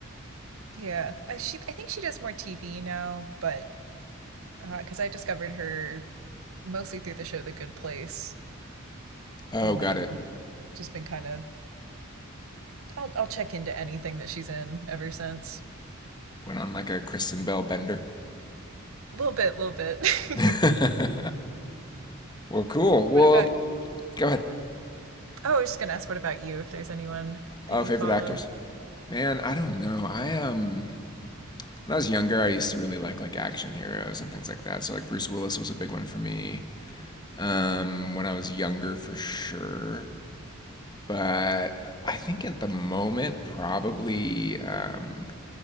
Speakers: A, on the right; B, on the left.
A: <laughs> yeah, I, she I think she does more TV now, but because uh, I discovered her mostly through the show The Good Place,
B: Oh,
A: and
B: got
A: then
B: it.
A: just been kind of I'll I'll check into anything that she's in ever since.
B: Went on like a Kristen Bell bender.
A: A little bit, a little bit. <laughs>
B: <laughs> well, cool. Well,
A: what about
B: Go ahead.
A: Oh, I was just gonna ask what about you if there's anyone that
B: Oh,
A: you
B: favorite
A: follow.
B: actors? Man, I don't know. I um when I was younger, I used to really like like action heroes and things like that. So like Bruce Willis was a big one for me. Um, when I was younger, for sure. But I think at the moment, probably um,